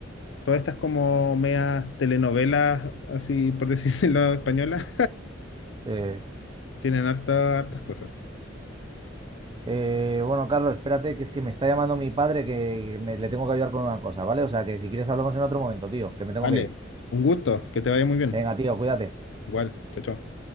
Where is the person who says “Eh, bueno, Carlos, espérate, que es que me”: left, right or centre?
Right